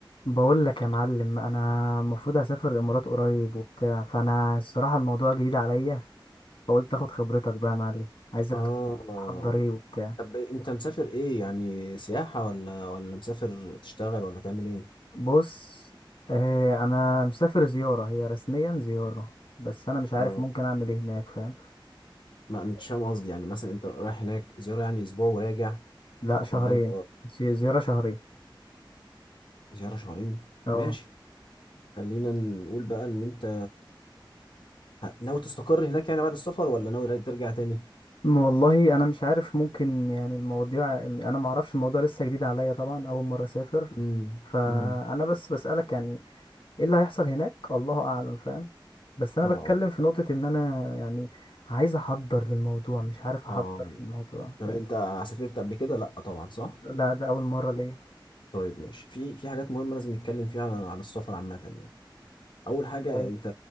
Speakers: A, on the left (about 80°); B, on the left (about 70°).
A: بقول لك يا معلم انا المفروض اسافر الامارات قريب وبتاع فانا الصراحه الموضوع جديد عليا فقلت اخد خبرتك بقى يا معلم عايزك
B: اه
A: تقول لي تحضر ايه وبتاع
B: طب انت مسافر ايه يعني سياحة ولا ولا مسافر تشتغل ولا تعمل ايه
A: بص آه انا مسافر زياره هي رسميا زياره بس انا مش عارف
B: اه
A: ممكن اعمل ايه هناك فاهم
B: ما مش فاهم قصدي يعني مثلا انت رايح هناك زيارة يعني اسبوع وراجع
A: لا شهرين
B: ولا انت
A: زي- زياره شهرين
B: زيارة شهرين
A: اه
B: ماشي خلينا نقول بقى ان انت ه- ناوي تستقر هناك يعني بعد السفر ولا ناوي ترجع تاني
A: م- والله انا مش عارف ممكن يعني المواضيع انا ما اعرفش الموضوع لسه جديد عليا طبعا اول مره اسافر
B: امم
A: فانا
B: امم
A: بس بسالك يعني ايه اللي هيحصل هناك الله اعلم فاهم بس انا
B: اه
A: بتكلم في نقطة ان انا يعني عايز احضر للموضوع مش عارف احضر
B: اه
A: للموضوع
B: طب
A: فاهم
B: انت سافرت قبل كده لا طبعا صح
A: لا ده اول مرة ليه
B: طيب ماشي في في حاجات مهمة لازم نتكلم فيها عن عن السفر عامة يعني اول حاجه
A: طيب.
B: انت